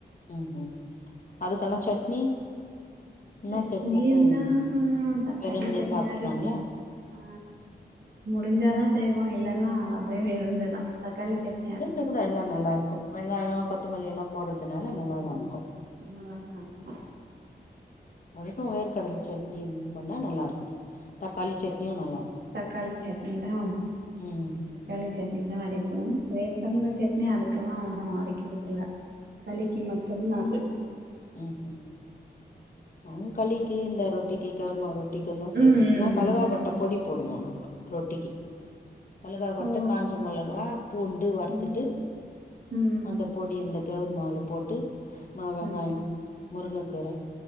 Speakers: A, on the left; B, on the right.
A: ம் ஹும் அதுக்கெல்லா சட்னி என்ன
B: சட்னி
A: செய்வீங்க
B: இருந்தா தக்காளி
A: வெறுந்தே
B: சட்னி
A: சாப்ட்றாங்களா
B: அரைப்போ அ முடிஞ்சாதா செய்வோ இல்லனா அப்டியே இருந்ததா தக்காளி சட்
A: விருந்து கூட எல்லா நல்லா இருக்கு வெங்காயோ கொத்தமல்லி எல்லா போடுறதுனால நல்லாதா இருக்கு
B: நல்லாதாருக்கு
A: அதுக்கு வேர்கடல சட்னி ம் பண்ணா நல்லாருக்கு தக்காளி சட்னியு நல்லாருக்கு
B: தக்காளி சட்னி தா
A: ம்
B: தக்காளி சட்னி தா அரைப்போ வேர்கடல சட்னி அதுக்கெலா அரைக்கிறதுதில்ல தக்காளிக்கு மட்டுந்தா அது
A: ம் ஹும் நாங்க களிக்கு இந்த ரொட்டிக்கு கேழ்மாவு தீக்கந்தா தா செய்வோ
B: ம் ம்
A: நா கழுகாக்
B: ம்
A: கொட்டை பொடி போடுவோ நாங்க ரொட்டிக்கு கழுகா கொட்ட
B: ஓ
A: காஞ்ச மொளகா பூண்டு வறுத்துட்டு
B: ம் ம்
A: அந்தப் பொடி இந்த கேழ்வரகு மாவுல போட்டு மா வெங்காயோ
B: ம் ம்
A: முருங்கக்கீர